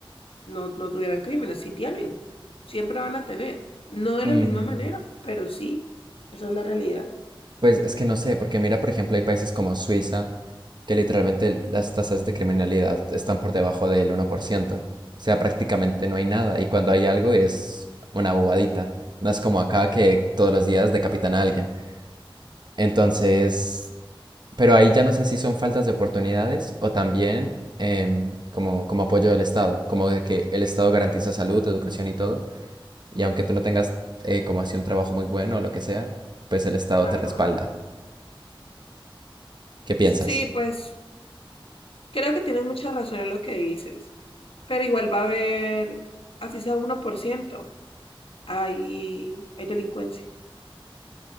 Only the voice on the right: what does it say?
Mm,
Pues es que no sé, porque mira, por ejemplo, hay países como Suiza, que literalmente las tasas de criminalidad están por debajo del uno por ciento. O sea, prácticamente no hay nada. Y cuando hay algo es una bobadita. No es como acá que todos los días decapitan a alguien. Entonces,
pero ahí ya no sé si son faltas de oportunidades o también em, como, como apoyo del Estado, como de que el Estado garantiza salud, educación y todo. Y aunque tú no tengas eh, como así un trabajo muy bueno o lo que sea, pues el Estado
te respalda. ¿Qué piensas?